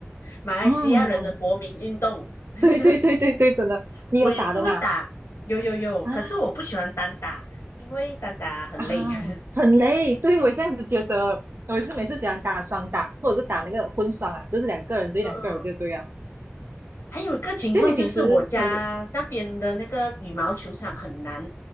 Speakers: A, on the left; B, on the right.
A: 马来西亚人的国民运动。
B: 嗯，
A: <laughs>
B: 对对对对，真的，你有打的嘛？
A: 我也是会打，有有有，
B: 啊，
A: 可是我不喜欢单打，因为单打很累。
B: 啊，
A: <laughs>
B: 很累。对，我这样子觉得，我是每次喜欢打双打，或者是打那个混双啊，就是两个人对两个人就对啊。
A: 嗯嗯，还有一个情况就是我家那边的那个羽毛球场很难
B: 就你平时很多